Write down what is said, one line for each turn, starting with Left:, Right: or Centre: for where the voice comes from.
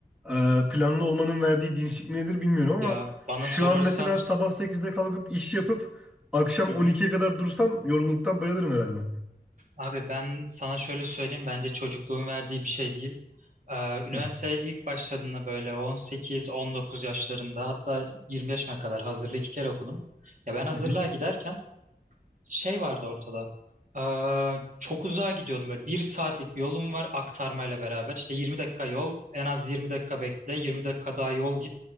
Centre: ee, planlı olmanın verdiği dinçlik nedir bilmiyorum ama
Right: Ya bana
Centre: şu
Right: sorarsan,
Centre: an mesela sabah 8'de kalkıp iş yapıp akşam
Right: hı hı.
Centre: on ikiye kadar dursam yorgunluktan bayılırım herhalde.
Right: Abi ben sana şöyle söyleyeyim, bence çocukluğun verdiği bir şey değil. Ee, üniversiteye
Centre: Hı
Right: ilk başladığımda böyle 18-19 yaşlarında hatta 20 yaşıma kadar hazırlığı iki kere okudum. Ya ben hazırlığa
Centre: hı.
Right: giderken şey vardı ortada. Ee, çok uzağa gidiyordum böyle bir saatlik bir yolum var aktarmayla beraber. İşte 20 dakika yol en az 20 dakika bekle 20 dakika daha yol git.